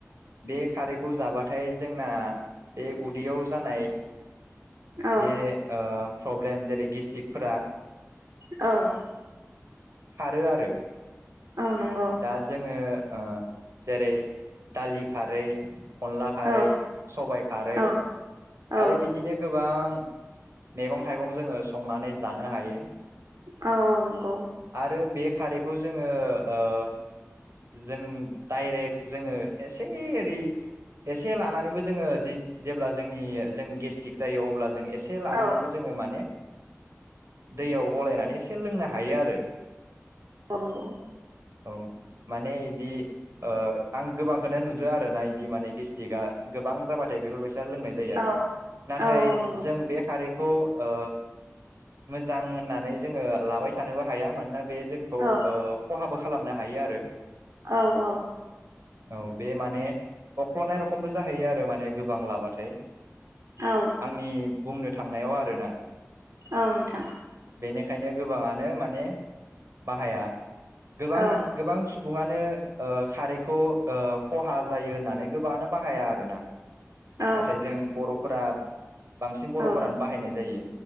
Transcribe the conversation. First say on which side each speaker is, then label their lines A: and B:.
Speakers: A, on the right; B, on the right.
A: बे खारैखौ जाबाथाय जोंना बे उदैयाव जानाय
B: औ
A: बे ओ प्रब्लेम जेरै गेस्टिरिकफोरा
B: औ
A: खारो आरो हर
B: औ नंगौ
A: दा जोङो ओ। जेरै दालि खारै। अनला खारै
B: औ
A: सबायाइ खारै
B: औ औ
A: आरो बिदिनो गोबां मैगं थाइगं जोङो स। संनानै जानो हायो।
B: औ औ नंगौ
A: आरो बे खारैखौ जों। ओ ओ जों। दडाइरेक्ट जोङो एसे। ओरि एसे लानानैबो जोङो जि। जेब्ला जोंनि जों गेस। गिस्टिक जायो अब्ला। जों एसे लानानैबो
B: औ
A: जोङो माने। दैयाव गलायनानै एसे लोंनो हायो आरो।
B: अ नंग।
A: औ माने इदि ओ आं गोबांखौनो नुदो आरोना इदि माने गेस्टिकआ गोबां जाबाथाय बेफोरबायदि। दा लोंनाय जायो
B: औ
A: आरो नाथाय
B: औ औ नंगौ
A: जों बे खारै। खौ ओ मोजां होननानै जोङो लाबाय थानोबो हाया मानोना। बे जोंखौ
B: औ
A: ओ। खहाबो खालामनो हायो आरो।
B: औ औ
A: औ बे माने अख्ल'नाय रखमबो जाहैयो आरो माने गोबां लाबाथाय
B: औ
A: आंनि बुंनो थांनायाव आरोना।
B: औ नोंथां
A: बेनिखायनो गोबाङानो माने बाहाया। गोबां
B: औ
A: मान गोबां सु सुबुङानो ओ खारैखौ ओ खहा जायो होननानै गोबाङानो बाहाया आरोना।
B: औ
A: नाथाय जों बर'फोरा बांसिन बर'फोरानो
B: औ
A: बाहायनाय जायो।